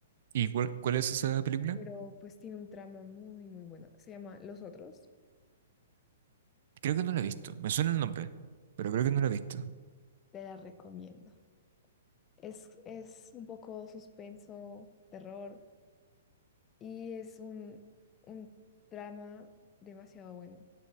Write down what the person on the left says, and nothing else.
Pero pues tiene un trama muy, muy bueno. Se llama Los Otros,
te la recomiendo. Es, es un poco suspenso, terror y es un, un drama demasiado bueno.